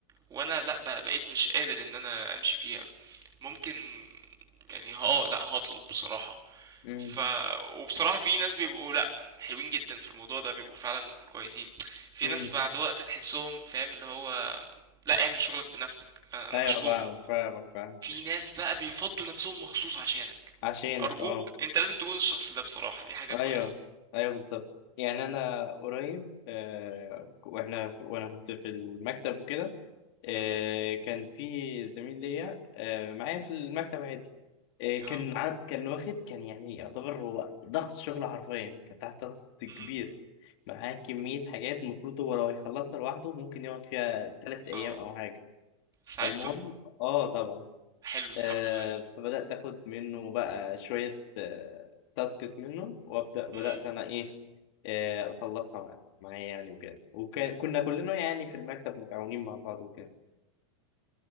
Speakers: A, on the right; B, on the left.
A: وانا لا بقى بقيت مش قادر ان انا امشي فيها ممكن يعني اه لا هطلب بصراحة
B: امم
A: ف وبصراحة في ناس بيبقوا لأ حلوين جدا في الموضوع ده بيبقوا فعلا كويسين في
B: امم
A: ناس بعد وقت تحسهم فاهم اللي هو لأ اعمل شغلك بنفسك انا أنا
B: ايوه
A: مشغول
B: فاهمك فاهمك فاهم
A: في ناس بقى بيفضوا نفسهم مخصوص عشانك
B: عشانك
A: أرجوك
B: اه
A: أنت لازم تكون الشخص ده بصراحة دي حاجة
B: ايوه
A: كويسة
B: ايوه بالظبط يعني انا قريب آه واحنا في- وانا كنت في المكتب وكده آه
A: مهم.
B: كان في زميل ليا آه معايا في المكتب عادي آه كان
A: اهو
B: ع- كان واخد كان يعني يعتبر هو ضغط شغل حرفيا كان تحت ضغط كبير
A: مهم.
B: معاه كمية حاجات المفروض هو لو هيخلصها لوحده ممكن يقعد فيها تلات أيام
A: اه
B: أو حاجة
A: ساعدته
B: فالمهم آه طبعا
A: حلو الحمد
B: آه
A: لله
B: فبدأت آخد منه بقى شوية آه تاسكس منه وأبدأ بدأت
A: مهم.
B: أنا إيه آه أخلصها مع- معايا يعني وكده وكنا كلنا يعني في المكتب متعاونين مع بعض وكده